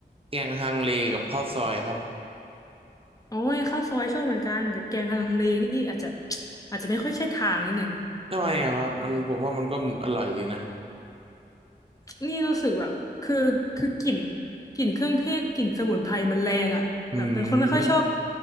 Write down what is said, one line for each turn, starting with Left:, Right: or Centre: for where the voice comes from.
Right: แกงฮังเลกับข้าวซอยครับ
Left: โอ้ยข้าวซอยชอบเหมือนกันแต่แกงฮังเลนี่อาจจะอาจจะไม่ค่อยใช่ทางนิดหนึ่ง
Right: ทำไมอะครับมันผมว่ามันก็อร่อยดีนะ
Left: นี่รู้สึกแบบคือคือกลิ่นกลิ่นเครื่องเทศกลิ่นสมุนไพรมันแรงอ่ะแบบเป็นคนไม่ค่อยชอบ
Right: อืมเป็น